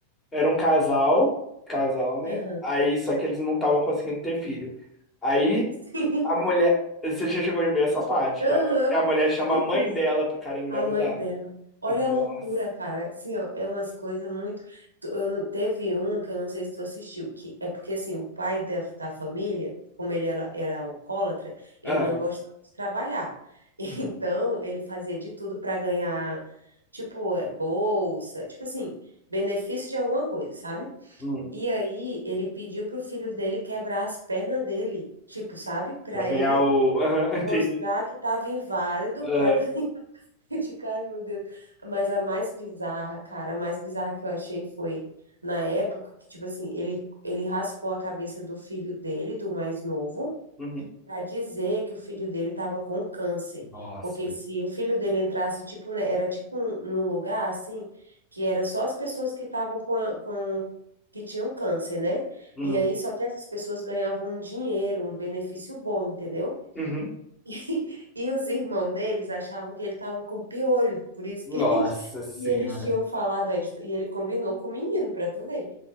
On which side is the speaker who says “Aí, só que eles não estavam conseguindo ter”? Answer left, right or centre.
Left